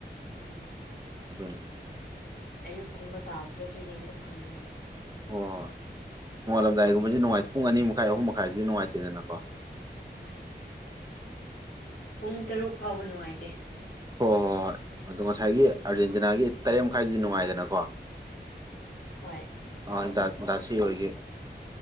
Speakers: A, on the left (about 50°); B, on the right (about 20°).
A: ꯎꯝ
B: ꯑꯗꯨꯅꯤ
A: ꯑꯌꯨꯛꯀꯨꯝꯕ ꯇꯥꯕꯗ ꯑꯗꯨ ꯌꯦꯡꯕ ꯐꯪꯗꯦ
B: ꯍꯣꯏ ꯍꯣꯏ ꯅꯣꯡꯉꯥꯜꯂꯝꯗꯥꯏꯒꯨꯝꯕꯁꯤ ꯅꯨꯡꯉꯥꯏꯇꯦ ꯄꯨꯡ ꯑꯅꯤ ꯃꯈꯥꯏ ꯑꯍꯨꯝ ꯃꯈꯥꯏꯁꯤꯗꯤ ꯅꯨꯡꯉꯥꯏꯇꯦꯗꯅꯀꯣ
A: ꯍꯣꯏ ꯄꯨꯡ ꯇꯔꯨꯛ ꯐꯥꯎꯕ ꯅꯨꯡꯉꯥꯏꯇꯦ
B: ꯍꯣꯏ ꯍꯣꯏ ꯍꯣꯏ ꯍꯣꯏ ꯑꯗꯣ ꯉꯁꯥꯏꯒꯤ ꯑꯥꯔꯖꯦꯟꯇꯤꯅꯥꯒꯤ ꯇꯔꯦꯠ ꯃꯈꯥꯏꯗꯨꯗꯤ ꯅꯨꯡꯉꯥꯏꯗꯅꯀꯣ
A: ꯍꯣꯏ
B: ꯑꯥ ꯗꯥ ꯗꯥꯁꯤ ꯍꯣꯏꯒꯤ